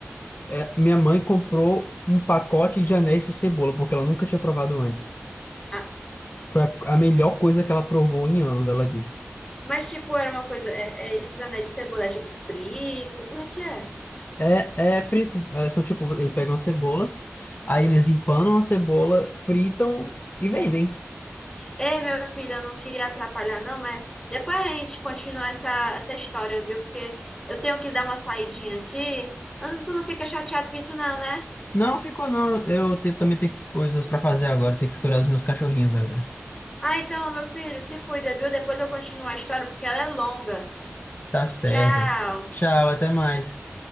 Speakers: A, on the left (about 40°); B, on the left (about 15°).
A: É, minha mãe comprou um pacote de anéis de cebola, porque ela nunca tinha provado antes.
B: Ah,
A: Foi a, a melhor coisa que ela provou em anos, ela disse.
B: mas tipo, era uma coisa, é- é esses anéis de cebola, é tipo frito, como é que é?
A: É, é frito. É, são tipo, eles pegam as cebolas, aí eles empanam a cebola, fritam e vendem.
B: Ei, meu filho, eu não queria atrapalhar, não, mas depois a gente continua essa, essa história, viu? Porque eu tenho que dar uma saidinha aqui. Ah, Tu não fica chateado com isso, não, né?
A: Não ficou, não. Eu te- também tenho coisas pra fazer agora, tenho que cuidar dos meus cachorrinhos agora.
B: Ah, então, meu filho, se cuida, viu? Depois eu continuo a história, porque ela é longa.
A: Tá certo.
B: Tchau!
A: Tchau, até mais.